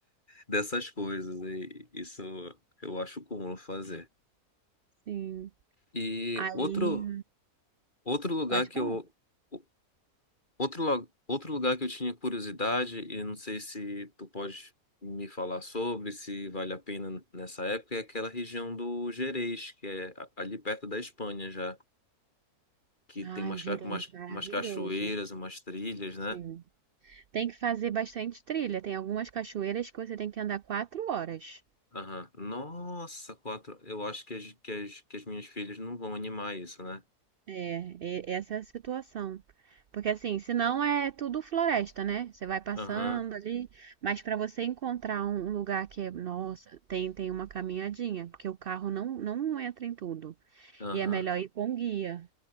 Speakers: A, on the left; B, on the right.
A: dessas coisas. E isso eu acho comum fazer.
B: sim.
A: E
B: Aí.
A: outro, Outro lugar
B: Pode
A: que
B: falar.
A: eu o- outro, lo- outro lugar que eu tinha curiosidade e não sei se tu pode me falar sobre, se vale a pena nessa época, é aquela região do Gerês, que é a- ali perto da Espanha já, que
B: Ai,
A: tem umas,
B: Gerês,
A: ca- umas,
B: maravilhoso.
A: umas cachoeiras, umas trilhas,
B: Sim.
A: né?
B: Tem que fazer bastante trilha. Tem algumas cachoeiras que você tem que andar quatro horas.
A: Aham. Nossa, quatro. Eu acho que as, que as, que as minhas filhas não vão animar isso, né?
B: É, é- essa é a situação. Porque assim, senão é tudo floresta, né? Você vai passando
A: Aham,
B: ali, mas para você encontrar um lugar que é, nossa, tem tem uma caminhadinha, porque o carro não não entra em tudo.
A: aham.
B: E é melhor ir com guia.